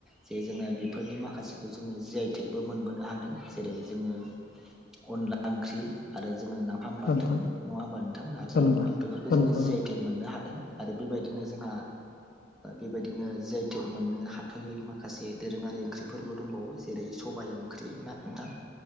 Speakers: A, in the centre; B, on the left.
A: जे जोंङो बेफोरनि माखासेखौ जोंङो जि आइ थेकबो मोनबोनो हादों जेरै जोंङो अनला ओंख्रि आरो नाफ फाम बाथोन
B: नोंथां
A: नंङा होमबा नोंथां नारजि
B: औ नोंथां
A: अम बेफोरखौ
B: औ
A: जोंङो
B: नोंथां
A: जि
B: औ
A: आइ थेक मोननो हादों आरो बेबायदिनो जोंहा बेबायदिनो जि आइ टेक मोननो हाथ'यै माखासे दोरोंङारि ओंख्रिफोरबो दंबावो जेरै सबाय ओंख्रि ना नोंथां